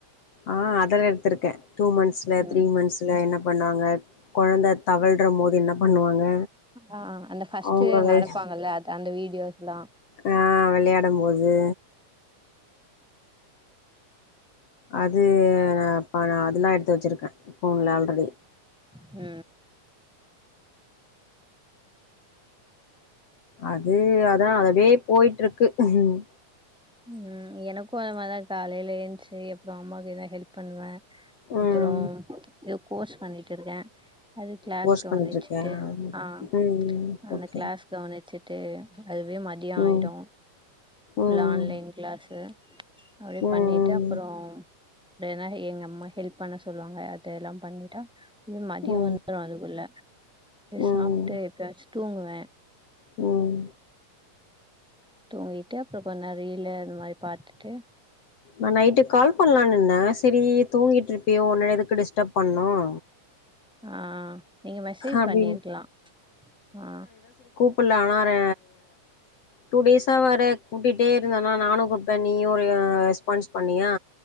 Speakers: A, on the left (about 50°); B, in the centre.
A: ஆ அதெல்லா எடுத்திருக்கே டூ மந்த்ஸ்ல த்ரீ
B: ம்
A: மந்த்ஸ்ல என்ன பண்ணுவாங்க கொழந்த தவழ்ற மோது என்ன பண்ணுவாங்க
B: ஆ அந்த ஃபஸ்ட்
A: அவங்க வெள்
B: நடப்பாங்கல்ல அத அந்த வீடியோஸ்ல்லா
A: ஆ விளையாடும் போது அது நாப்ப நா அதெல்லா எடுத்து வச்சிருக்க ஃபோன்ல ஆல்ரெடி
B: ஹ
A: அது அதா அதவே போயிட்ருக்கு ம்
B: ம் எனக்கூ அது மாரிதா காலையில எந்ச்சி அப்றோ அம்மாக்கு எதா ஹெல்ப் பண்ணுவே
A: ம்
B: அப்புறோ எதோ கோர்ஸ் பண்ணிட்டு இருக்கேன் அது கிளாஸ்
A: கோர்ஸ்
B: கவனிச்சுட்டு
A: பண்ணிட்ருக்கியா
B: ஆ
A: ம்
B: அந்த
A: ஓகே
B: கிளாஸ் கவனிச்சுட்டு ட்டு அதுவே மதிய ஆயிடு
A: ம்
B: ஃபுல்லா
A: ம்
B: ஆன்லைன் கிளாஸு அப்டியே
A: ம்
B: பண்ணிட்டு அப்பறோ வேறனா எங்க அம்மா ஹெல்ப் பண்ண சொல்லுவாங்க அத எல்லாம் பண்ணிட்டா மதியம்
A: ம்
B: வந்துரு அதுக்குள்ள பே
A: ம்
B: சாப்ட்டு எப்பயாச்சு தூங்குவே
A: ம்
B: தூங்கிட்டு அப்றோ கொஞ்சநேர ரீலு இந்த மாரி பாத்துட்டு
A: நா நைட்டு கால் பண்ணலாம்னுந்த சரி தூங்கிட்டு இருப்பியோ உன்னே எதுக்கு டிஸ்டர்ப் பண்ணும்
B: ஆ நீங்க மெசேஜ்
A: அப்டின்
B: பண்ணிருக்லா ஆ
A: கூப்புல்ல ஆனா ரெ டூ டேஸா வேற கூட்டிட்டே இருந்தனா நானும் கூ இப்ப நீயு ஒரு ரெஸ்பான்ஸ் பண்ணியா